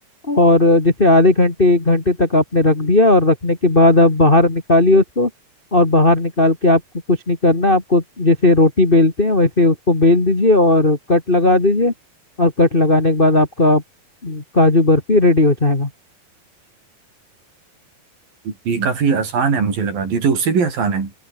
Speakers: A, on the left; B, on the right.
A: और जैसे आधे घंटे एक घंटे तक आपने रख दिया और रखने के बाद आप बाहर निकालिए उसको और बाहर निकाल के आपको कुछ नहीं करना आपको जैसे रोटी बेलते हैं वैसे उसको बेल दीजिए और कट लगा दीजिए और कट लगाने के बाद आपका अम, काजू बर्फी रेडी हो जाएगा
B: ये काफी आसान है मुझे लगा ये तो उससे भी आसान है